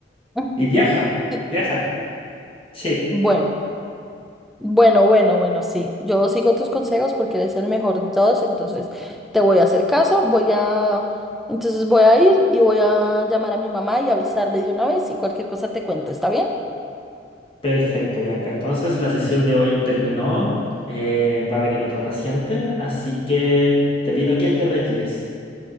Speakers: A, in the centre; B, on the left.
A: Mm,
B: Y viaja,
A: sí.
B: viaja. Sí,
A: Bueno. Bueno, bueno, bueno, sí. Yo sigo tus consejos porque eres el mejor de todos, entonces te voy a hacer caso, voy a, entonces voy a ir y voy a llamar a mi mamá y avisarle de una vez y cualquier cosa te cuento, ¿está bien?
B: perfecto, Bianca. Entonces, la sesión de hoy terminó. Eh, va a venir otra paciente, así que te pido que te retires.